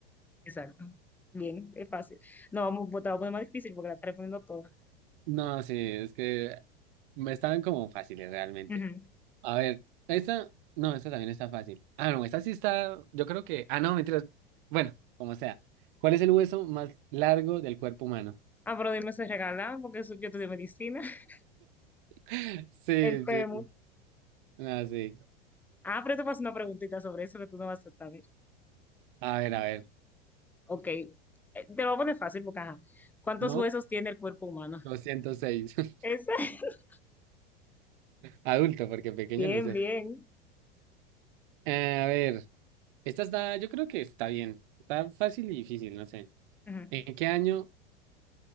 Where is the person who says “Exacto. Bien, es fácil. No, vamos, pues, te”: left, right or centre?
Centre